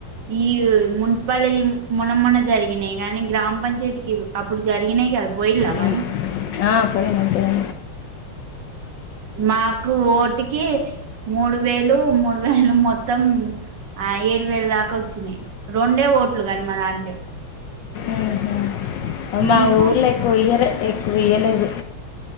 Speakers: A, on the right (about 60°); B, on the left (about 70°).
A: ఈ మున్సిపాలిటీ మన మన్న జరిగి జరిగినాయి కాగానీ గ్రామ పంచాయతీకి అప్పుడు జరిగినయి కదా పోయిలా
B: ఉమ్.
A: మరి
B: ఆ పోయినపోయి
A: మాకు ఓటికి మూడు వేలు మూడు వేలు మొత్తం ఆ ఏడు వేల దాకా వచ్చినాయి రెండే ఓట్లు కానీ మా దాంట్లో
B: ఆహా మా
A: మీకు
B: ఊర్లో ఎక్కువ ఇయ్యలే ఎక్కువ ఇయ్యలేదు